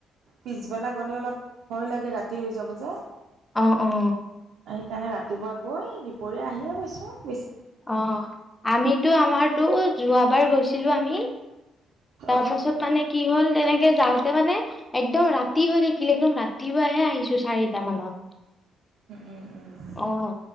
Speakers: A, on the right; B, on the left.
A: পিছবেলা গ'লে অলপ ভয় লাগে ৰাতি হৈ যাব যে
B: আহ অ
A: সেইকাৰণে ৰাতিপুৱা গৈ দুপৰীয়া আহিয়ে গৈছোঁ।
B: অ আমিতো আমাৰতো যোৱা বাৰ গৈছিলো আমি! তাৰ
A: উম
B: পাছত মানে কি হ'ল তেনেকে যাওঁতে মানে একদম ৰাতি হৈ থাকিল একদম ৰাতিপুৱাহে আহিছো চাৰিটা মানত
A: উম উম
B: আহ